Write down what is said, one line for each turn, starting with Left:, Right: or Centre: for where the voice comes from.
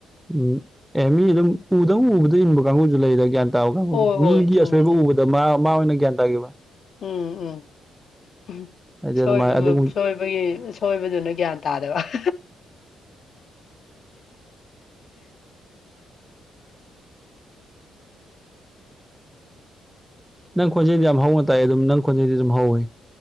Centre: ꯎꯝ ꯑꯦ ꯃꯤ ꯑꯗꯨꯝ ꯎꯗꯪ ꯎꯕꯗ ꯏꯟꯕ ꯀꯥꯡꯕꯨꯁꯨ ꯂꯩꯗ ꯒ꯭ꯌꯥꯟ <unintelligible>
Left: ꯍꯣꯏ
Centre: ꯃꯤꯒꯤ
Left: ꯍꯣꯏ ꯆꯨꯝꯃꯤꯅꯦ
Centre: ꯑꯁꯣꯏꯕ ꯎꯕꯗ ꯃꯥ-ꯃꯥ ꯑꯣꯏꯅ ꯒ꯭ꯌꯥꯟ ꯇꯥꯈꯤꯕ
Left: ꯎꯝ-ꯎꯝ ꯍꯨꯝ
Centre: ꯍꯥꯏꯗꯤ
Left: ꯁꯣꯏꯕꯕꯨ
Centre: ꯑꯗꯨꯃꯥꯏꯅ ꯑꯗꯨꯒꯨꯝ
Left: ꯁꯣꯏꯕꯒꯤ ꯁꯣꯏꯕꯗꯨꯗ ꯒ꯭ꯌꯥꯟ ꯇꯥꯗꯕ <inaudible>
Centre: ꯅꯪ ꯈꯣꯟꯖꯦꯜꯗꯤ ꯌꯥꯝ ꯍꯧꯅ ꯇꯥꯏ ꯑꯗꯨꯝ ꯅꯪ ꯈꯣꯟꯖꯦꯜꯗꯤ ꯑꯗꯨꯝ ꯍꯧꯏ